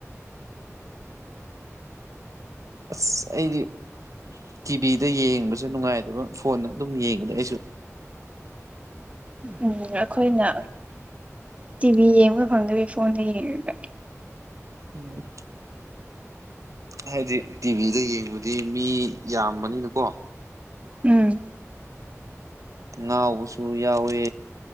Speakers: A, on the right; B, on the right.
A: ꯑꯁ ꯑꯩꯗꯤ ꯇꯤꯚꯤꯗ ꯌꯦꯡꯕꯁꯨ ꯅꯨꯡꯉꯥꯏꯗꯕ ꯐꯣꯟꯅ ꯑꯗꯨꯝ ꯌꯦꯡꯕꯗ ꯑꯩꯁꯨ
B: ꯎꯝ ꯑꯩꯈꯣꯏꯅ ꯇꯤꯕꯤ ꯌꯦꯉ ꯍꯪꯦ ꯐꯣꯟ ꯂ ꯌꯦꯒ
A: ꯎꯝ ꯍꯥꯏꯗꯤ ꯇꯤꯚꯤꯗ ꯌꯦꯡꯕꯗꯤ ꯃꯤ ꯌꯥꯝꯕꯅꯤꯅꯀꯣ
B: ꯎꯝ
A: ꯉꯥꯎꯕꯁꯨ ꯌꯥꯎꯋꯦ